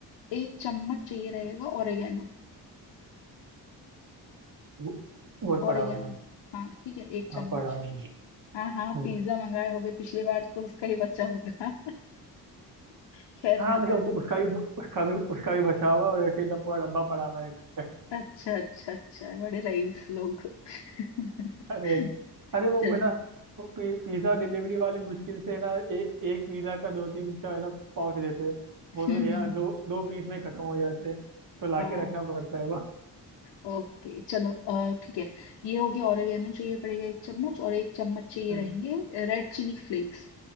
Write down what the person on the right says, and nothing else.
वो- बहुत
पड़ा हुआ है हाँ
हाँ पड़ा हुआ है
हम्म,
हाँ
मतलब उसका भी उसका भी उसका भी बचा हुआ है और ऐसे ही डब- पूरा डब्बा पड़ा हुआ है घर
अरे अरे वो
है ना वो पी, पिज्जा डिलीवरी वाले मुश्किल से है ना ए, एक पिज्जा का दो तीन का है ना पाउच देते हैं वो
तो यार
दो दो पीस में खत्म हो जाते हैं तो लाके
रखना पड़ता है वो
हम्म,